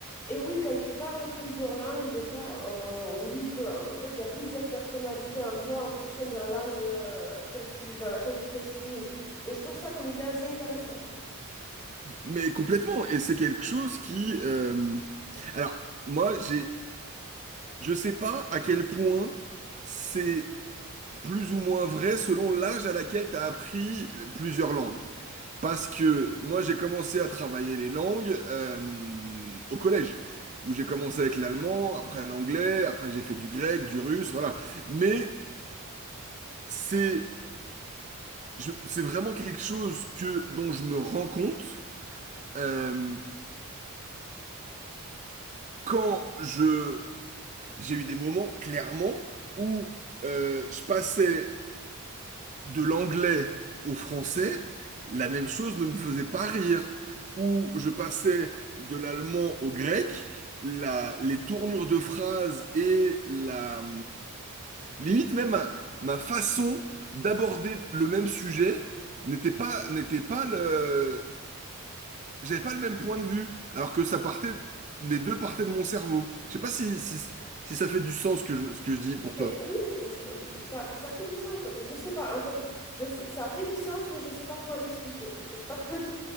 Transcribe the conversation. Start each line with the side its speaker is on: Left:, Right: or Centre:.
Left: Et oui, quand tu parles plusieurs langues, des fois, euh, on dit qu'en en fait, il y a plusieurs personnalités en toi en fonction de la langue euh, qu'elle tu, dans laquelle tu t'exprimes. Et je trouve ça comme idée assez intéressante.
Right: Mais complètement, et c'est quelque chose qui... euh, Alors, moi, j'ai... je sais pas à quel point c'est plus ou moins vrai selon l'âge à laquelle tu as appris plusieurs langues. Parce que moi, j'ai commencé à travailler les langues euh, au collège, où j'ai commencé avec l'allemand, après l'anglais, après j'ai fait du grec, du russe, voilà. Mais c'est je- c'est vraiment quelque chose que dont je me rends compte euh, quand je J'ai eu des moments, clairement, où euh, je passais de l'anglais au français, la même chose ne me faisait pas rire. Où je passais de l'allemand au grec, la- les tournures de phrases et la... Limite même ma, ma façon d'aborder le même sujet n'était pas, n'était pas le... J'avais pas le même point de vue, alors que ça partait... Les deux partaient de mon cerveau. Je sais pas si, si, si ça fait du sens ce que je, ce que je dis pour toi.
Left: Mais oui, c'est- ça, ça fait du sens. Je sais pas, en fait, je sais- ça fait du sens, mais je sais pas comment l'expliquer. Je sais pas comment.